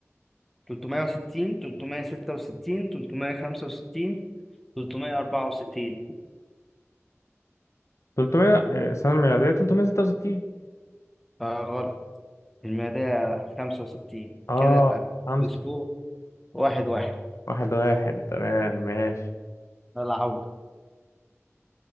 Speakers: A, in the centre; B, on the left (about 75°).
A: 360 366 365 364
B: 300 آه، السنة الميلادية 366
A: آه غلط الميلادية 65
B: اه
A: كده يبقى
B: 5
A: السكور واحد واحد
B: واحد واحد تمام ماشي
A: العودة